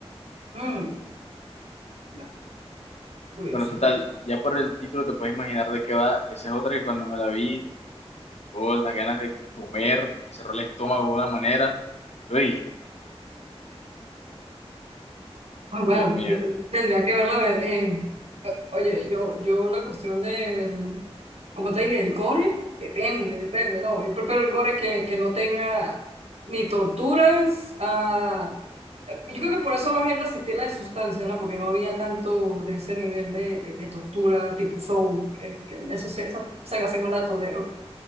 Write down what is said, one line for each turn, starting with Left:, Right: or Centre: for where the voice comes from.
Right: Mm, no, curioso.
Left: Bueno, total, ya por el título te puedes imaginar de qué va. Esa es otra que cuando me la vi todas las ganas de comer, me cerró el estómago de una manera. Uy,
Right: Ay, bueno,
Left: Dios
Right: pues,
Left: mío.
Right: te- tendría que verla a ver. eh, oye, yo, yo la cuestión de, del, como te dije, el gore, depende, depende, no, yo prefiero el gore que, que no tenga ni torturas, ah, Yo creo que por eso más bien resistí la de sustancia, ¿no? Porque no había tanto de ese nivel de, de, de tortura tipo Soul. que- que eso se- esa saga sí no la tolero.